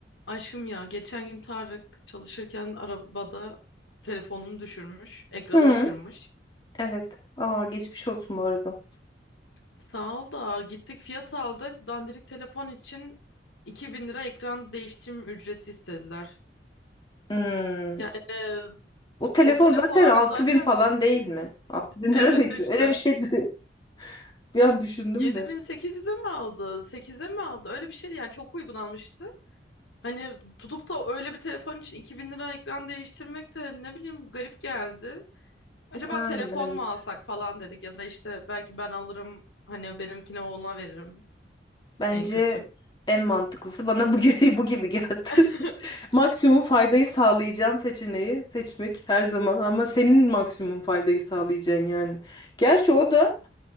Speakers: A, on the left (about 85°); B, on the left (about 25°).
A: Aşkım ya geçen gün Tarık çalışırken arabada telefonunu düşürmüş, ekranını
B: Hı,
A: kırmış.
B: evet. Aa, geçmiş olsun bu arada.
A: Sağ ol da gittik fiyat aldık. Dandirik telefon için 2000 lira ekran değiştirme ücreti istediler.
B: Hmm.
A: Yani e,
B: O telefon
A: o telefonu
B: zaten 6000
A: zaten
B: falan değil mi? 6000
A: evet
B: lira mıydı?
A: işte
B: Öyle bir şeydi. <laughs> Bir an düşündüm
A: 7800'e
B: de.
A: mi aldı? 8'e mi aldı? Öyle bir şeydi yani çok uygun almıştı. Hani tutup da öyle bir telefon için 2000 lira ekran değiştirmek de ne bileyim garip geldi. Acaba
B: Yani
A: telefon
B: evet.
A: mu alsak falan dedik ya da işte belki ben alırım hani benimkini ona veririm
B: Bence
A: en kötü.
B: en mantıklısı bana bu gibi, <laughs> bu gibi geldi.
A: <laughs>
B: <laughs> Maksimum faydayı sağlayacağın seçeneği seçmek her zaman ama senin maksimum faydayı sağlayacaksın yani. Gerçi o da